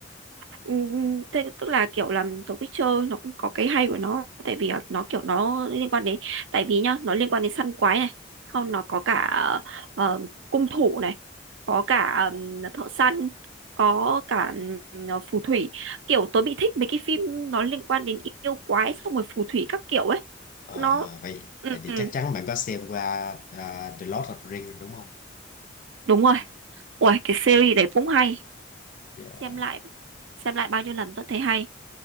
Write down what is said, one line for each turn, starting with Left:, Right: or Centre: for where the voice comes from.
Right: ừ, ừ, thế tức là kiểu là The Witcher nó cũng có cái hay của nó tại vì là nó kiểu nó liên quan đến tại vì nhá nó liên quan đến săn quái này không nó có cả
Left: Ừ.
Right: ờ, cung thủ này có cả ừm, thợ săn có cả ừm, ờ, phù thủy kiểu tớ bị thích mấy cái phim nó liên quan đến yêu quái xong rồi phù thủy các kiểu ấy
Left: Ờ,
Right: nó
Left: vậy
Right: ừ,
Left: vậy thì
Right: ừ,
Left: chắc chắn bạn có xem qua ờ, The Lord of the Rings rồi đúng không?
Right: đúng rồi Ủa, cái series đấy cũng hay
Left: Yeah,
Right: xem lại xem lại bao nhiêu lần vẫn thấy hay